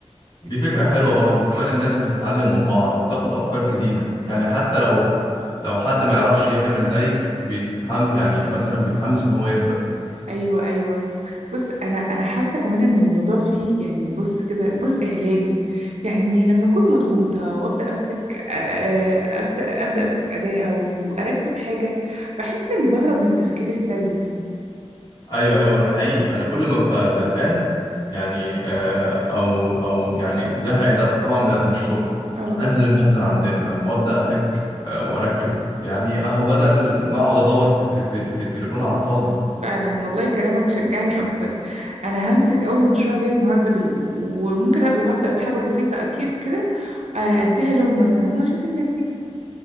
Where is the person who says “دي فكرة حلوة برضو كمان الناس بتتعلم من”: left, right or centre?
Left